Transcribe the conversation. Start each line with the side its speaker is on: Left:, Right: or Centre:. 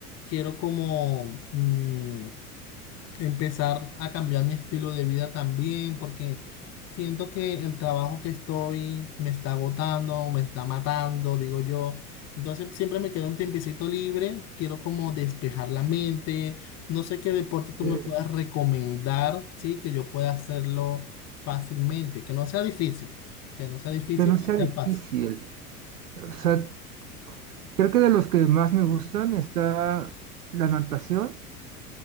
Left: quiero como, mm, empezar a cambiar mi estilo de vida también, porque siento que el trabajo que estoy me está agotando, me está matando, digo yo. Entonces siempre me queda un tiempecito libre, quiero como despejar la mente, no sé qué deporte tú
Right: Eh,
Left: me puedas recomendar, ¿sí? Que yo pueda hacerlo fácilmente, que no sea difícil, que no sea difícil,
Right: que no
Left: que
Right: sea
Left: sea
Right: difícil.
Left: fácil.
Right: O sea, creo que de los que más me gustan está la natación,